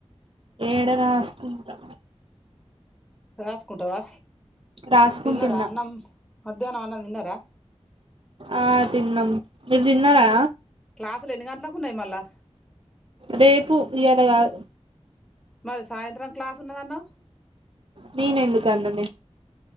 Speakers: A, on the right (about 50°); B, in the centre.
A: ఏడ రాసుకుంటా
B: రాస్కుంటావా
A: రాసుకుంటున్నా
B: తిన్నార అన్నం మధ్యాహ్న అన్నం తిన్నారా
A: ఆ తిన్నాం మీరు తిన్నారా
B: క్లాసులు ఎన్ని గంట్లకు ఉన్నాయి మళ్ళా
A: రేపు ఇయాల కాదు
B: మరి సాయంత్రం క్లాస్ ఉన్నదన్నవు
A: నేను ఎందుకన్ననే